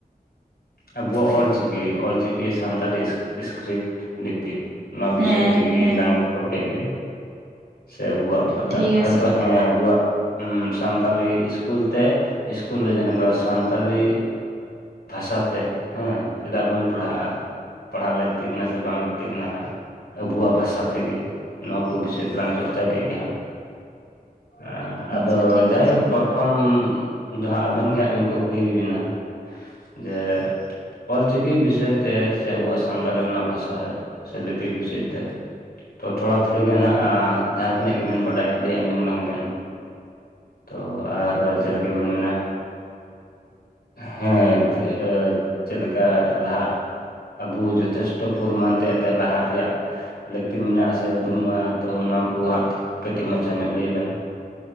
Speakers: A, on the left; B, on the right.
A: ᱟᱵᱚᱣᱟᱜ ᱚᱞ ᱪᱤᱠᱤ, ᱚᱞ ᱪᱤᱠᱤ ᱥᱟᱱᱛᱟᱞᱤ ᱤᱥᱠᱨᱤᱯᱴ ᱞᱤᱯᱤ᱾ ᱱᱚᱣᱟ
B: ᱦᱮᱸ
A: ᱵᱤᱥᱟᱹᱭ ᱛᱮᱜᱤ
B: ᱦᱮᱸ
A: ᱞᱟᱝ ᱨᱚᱯᱚᱲ ᱠᱮᱫ ᱜᱮ ᱥᱮ ᱟᱵᱚᱣᱟᱜ ᱚᱠᱟ
B: ᱴᱷᱤᱠ
A: ᱴᱟᱜ ᱦᱚᱭ
B: ᱟᱪᱷᱮ
A: ᱛᱚ ᱦᱮᱸ ᱟᱵᱚᱣᱟᱜ ᱥᱟᱱᱛᱟᱞᱤ ᱤᱥᱠᱩᱞ ᱛᱮ ᱤᱥᱠᱩᱞ ᱨᱮᱡᱟᱜ ᱥᱟᱱᱛᱟᱞᱤ ᱵᱷᱟᱥᱟ ᱛᱮ, ᱦᱮᱸ ᱪᱮᱫᱟᱜ ᱵᱚᱱ ᱯᱟᱲᱦᱟᱜ-ᱟ? ᱯᱟᱲᱦᱟᱜ ᱞᱟᱹᱠᱛᱤ ᱠᱟᱱᱟ ᱥᱮ ᱵᱟᱝ ᱞᱟᱹᱠᱛᱤ ᱠᱟᱱᱟ ᱦᱟᱸᱜ ᱾ ᱟᱹᱵᱩᱣᱟᱜ ᱵᱷᱟᱥᱟ ᱛᱮ ᱜᱮ ᱱᱚᱣᱟ ᱠᱚ ᱵᱤᱥᱟᱹᱭ ᱛᱮᱞᱟᱝ ᱪᱚᱨᱪᱟ ᱠᱮᱫ ᱜᱮ ᱦᱟᱸᱜ᱾ ᱟ ᱟᱫᱚ
B: ᱟᱪᱪᱷᱟ ᱴᱷᱤᱠ
A: ᱡᱟᱭᱦᱚᱠ
B: ᱟᱪᱷᱮ
A: ᱯᱚᱨ ᱛᱷᱚᱢ ᱫᱚᱦᱟᱸᱜ ᱟᱵᱮᱱ ᱜᱮ ᱦᱟᱸᱜ ᱞᱤᱧ ᱠᱩᱠᱞᱤ ᱵᱤᱱᱟ, ᱡᱮ ᱚᱞ ᱪᱤᱠᱤ ᱵᱤᱥᱟᱹᱭ ᱛᱮ ᱥᱮ ᱟᱵᱚᱣᱟᱜ ᱥᱟᱱᱛᱟᱞᱤ ᱚᱱᱟ ᱵᱷᱟᱥᱟ ᱥᱮ ᱞᱤᱯᱤ ᱵᱤᱥᱟᱹᱭ ᱛᱮ ᱾ ᱛᱚ ᱛᱷᱚᱲᱟ ᱛᱷᱩᱲᱤ ᱜᱮᱱᱦᱟᱜ ᱟᱸ ᱡᱟᱦᱟᱸ ᱛᱤᱱᱟᱹᱜ ᱜᱮ ᱵᱤᱱ ᱵᱟᱰᱟᱭ ᱞᱟᱹᱭ ᱟᱸᱡᱚᱢ ᱞᱟᱝ ᱵᱤᱱ᱾ ᱛᱚ ᱟᱨ ᱪᱮᱫ ᱞᱮᱠᱟ ᱵᱤᱱ ᱢᱮᱱᱟ᱾ ᱦᱮᱸ ᱛᱮ ᱟᱹ ᱪᱮᱜ ᱞᱮᱠᱟ ᱞᱟᱦᱟᱜ᱾ ᱟᱵᱩ ᱡᱚᱛᱷᱮᱥᱴᱚ ᱯᱚᱨᱤᱢᱟᱱ ᱛᱮ ᱮᱛᱮ ᱞᱟᱦᱟᱜ ᱨᱮᱭᱟᱜ᱾ ᱞᱟᱹᱠᱛᱤ ᱢᱮᱱᱟᱜ-ᱟ ᱥᱮ ᱵᱟᱹᱱᱩᱜᱼᱟ, ᱛᱚ ᱱᱚᱣᱟ ᱠᱚ ᱦᱟᱸᱜ ᱠᱟᱴᱤᱡ ᱢᱟᱪᱷᱟ ᱧᱚᱜ ᱞᱟᱹᱭ ᱵᱮᱱ᱾